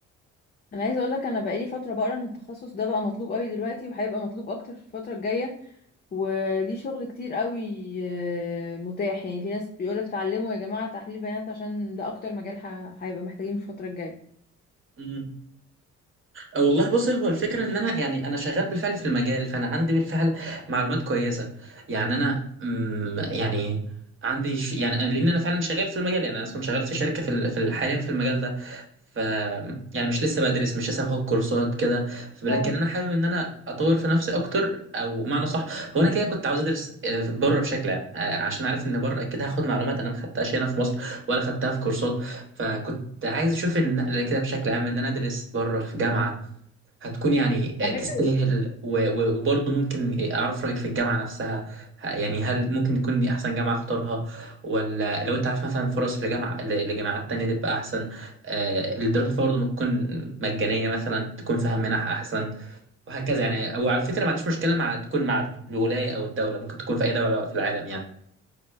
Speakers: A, on the left (about 30°); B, on the right (about 40°).
A: انا عايزه اقول لك انا بقالي فتره بقرا ان التخصص ده بقى مطلوب قوي دلوقتي وهيبقى مطلوب اكتر في الفتره الجايه وليه شغل كتير قوي آه، متاح يعني في ناس بيقولك اتعلموا يا جماعه تحليل بيانات عشان ده اكتر مجال ه- هيبقى محتاجينه في الفتره الجايه
B: مم. أه والله بص هو الفكرة ان انا يعني انا شغال بالفعل في المجال فانا عندي بالفعل معلومات كويسة يعني انا أمم، يعني عندي ش... يعني أنا- لان انا فعلا شغال في المجال يعني انا اصلا شغال في شركة في ال- في ال- حاليا في المجال ده ف يعني مش لسه بدرس مش لسه باخد كورسات كده ف- لكن
A: اه
B: انا حابب ان انا اطور في نفسي اكتر او معنى صح هو انا كده كنت عاوز ادرس آه، بره بشكل عام آه، عشان عارف ان بره اكيد هاخد معلومات انا ما خدتهاش هنا في مصر ولا خدتها في كورسات فكنت عايز اشوف النقله كده بشكل عام ان انا ادرس بره في جامعه هتكون يعني آه،
A: على
B: تستاهل
A: فكرة
B: و- و- وبرضه ممكن اعرف رايك في الجامعه نفسها ه- يعني هل ممكن تكون دي احسن جامعه اختارها ولا لو انت عارف مثلا فرص لجامعه ل- لجامعات تانية تبقى احسن آه، الدراسه فيها برضه ما تكون مجانيه مثلا تكون فيها منح احسن وهكذا يعني وعلى فكره ما عنديش مشكله مع تكون مع الولايه او الدوله ممكن تكون في اي دوله في العالم يعني